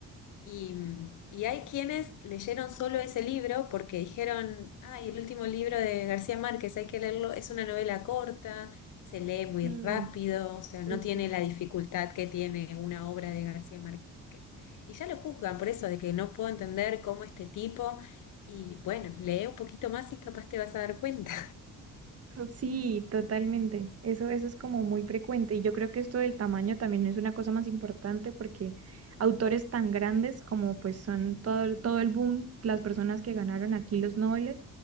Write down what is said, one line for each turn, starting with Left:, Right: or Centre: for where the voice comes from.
Left: y, y hay quienes leyeron solo ese libro porque dijeron, ay, el último libro de García Márquez, hay que leerlo, es una novela corta, se lee muy
Right: Mm,
Left: rápido, o sea, no
Right: justo.
Left: tiene la dificultad que tiene una obra de García Márquez. Y ya lo juzgan por eso, de que no puedo entender cómo este tipo, y bueno, lee un poquito más y capaz te vas a dar cuenta.
Right: Sí, totalmente. Eso, eso es como muy frecuente. Y yo creo que esto del tamaño también es una cosa más importante porque autores tan grandes como pues son todo, todo el boom, las personas que ganaron aquí los Nobel,